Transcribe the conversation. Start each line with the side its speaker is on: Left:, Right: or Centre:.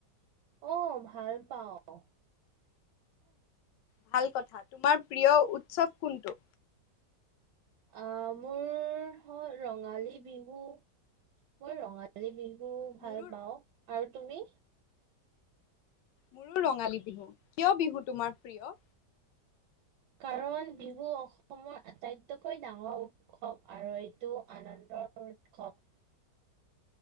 Right: অঁ', ভাল পাওঁ।
Left: ভাল কথা। তোমাৰ প্ৰিয় উৎসৱ কোনটো?
Right: আঁহ' মোৰ হ'ল ৰঙালী বিহু, মই ৰঙালী- ৰঙালী বিহু
Left: মোৰো
Right: ভাল পাওঁ, আৰু তুমি?
Left: মোৰো ৰঙালী বিহু। কিয় বিহু তোমাৰ প্ৰিয়?
Right: কাৰণ বিহু অসমৰ আটাইতকৈ ডাঙৰ উৎসৱ, আৰু এইটো আনন্দৰ উৎসৱ।